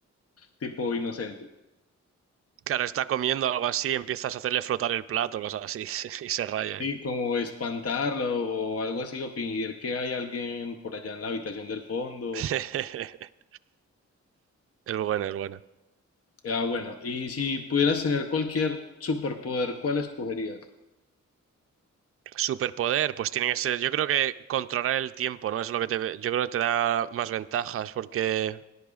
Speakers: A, on the left (about 50°); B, on the right (about 50°).
A: tipo inocente.
B: Claro, está comiendo algo así, empiezas a hacerle flotar el plato, cosas así, <laughs> y se raya. ahí.
A: Y como espantarlo o algo así, o fingir que hay alguien por allá en la habitación del fondo
B: <laughs> Es buena, es buena.
A: Ah, bueno, y si pudieras tener cualquier superpoder, ¿cuál escogerías?
B: Superpoder, pues tiene que ser, yo creo que controlar el tiempo, ¿no? Es lo que te, yo creo que te da más ventajas, porque